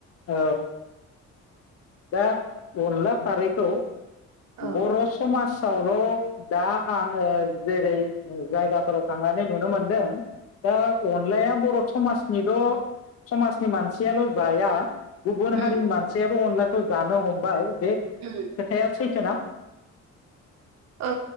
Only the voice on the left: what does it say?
औ दा अनला खारैखौ
बर' समाजावल' दा आंङो जेरै जायगाफोराव थांनानै नुनो मोनदों औ अनलायाया बर' समाजनिल' समाजनि मानसियाल' जाया गुबुन
हारिनि मानसियाबो अनला खौ जानो हमबाय। बे खोथाया
सैथोना?